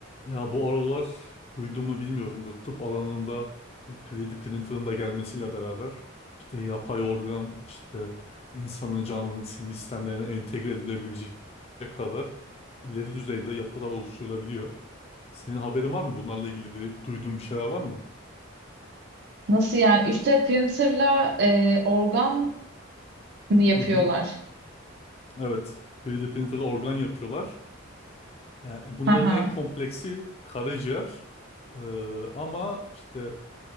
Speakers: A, on the left; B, on the right.
A: Ya bu aralar duyduğumu bilmiyorum. Bu tıp alanında bu 3D printer'ın da gelmesiyle beraber işte yapay organ işte insanın canlının sinir sistemlerine entegre edilebilecek kadar ileri düzeyde yapılar oluşturulabiliyor. Senin haberin var mı? Bunlarla ilgili bir duyduğun bir şeyler var mı?
B: Nasıl yani? 3D printerla e, organ mı yapıyorlar?
A: Hı hı. Evet. 3D printer'la organ yapıyorlar. Yani bunların
B: Hı hı.
A: en kompleksi karaciğer. Ee, ama işte